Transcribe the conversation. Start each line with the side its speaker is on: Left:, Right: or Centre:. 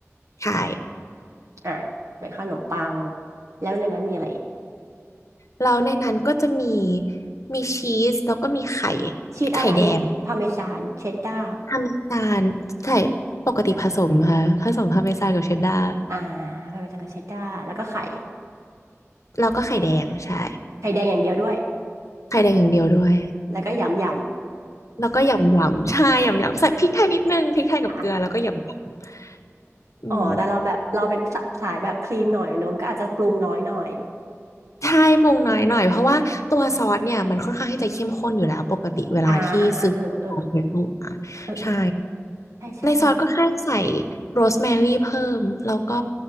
Left: ใช่
Right: อ่ะเป็นขนมปังแล้วในนั้นมีอะไรอีก
Left: แล้วในนั้นก็จะมีมีชีสแล้วก็มีไข่
Right: ชีสอะไรอ่ะพาเมซานเชดดาร์
Left: ไข่แดงพาร์เมซานใช่ปกติผสมค่ะผสมพาร์เมซานกับเชดดาร์
Right: อ่าพาเมซานกับเชดดาร์แล้วก็ไข่
Left: แล้วก็ไข่แดงใช่
Right: ไข่แดงอย่างเดียวด้วย
Left: ไข่แดงอย่างเดียวด้วย
Right: แล้วก็ยำยำ
Left: แล้วก็ยำยำใช่ยำยำใส่พริกไทยนิดนึงพริกไทยกับเกลือแล้วก็ยำย
Right: <laughs> อ่า
Left: ำอืม
Right: อ๋อแต่เราแบบเราเป็นสะสายแบบคลีนหน่อยอะโนมก็อาจจะปรุงน้อยหน่อย
Left: ใช่ปรุงน้อยหน่อยเพราะว่าตัวซอสเนี่ยมันค่อนข้างที่จะเข้มข้นอยู่แล้ว ปกติเวลาที่ซื้อซอสสำเร็จูกมา
Right: อ่าอ่าอ่าเออเออเออเออ
Left: ใช่
Right: ใช่ใช่มัน
Left: ในซอสก็แค่ใส่โรสแมรี่เพิ่ม แล้วก็